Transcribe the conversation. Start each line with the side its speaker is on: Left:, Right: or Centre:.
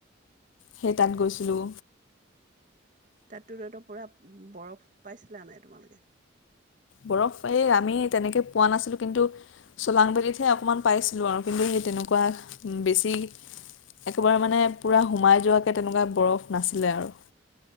Left: সেই তাত গৈছিলোঁ
Right: তাততো <unintelligible> পুৰা বৰফ পাইছিলা নাই তোমালোকে
Left: বৰফ এই আমি তেনেকৈ পোৱা নাছিলোঁ কিন্তু চোলাংবেলিতহে অকণমান পাইছিলোঁ আৰু কিন্তু সেই তেনেকুৱা বেছি একেবাৰে মানে পূৰা সোমাই যোৱাকে তেনেকুৱা বৰফ নাছিলে আৰু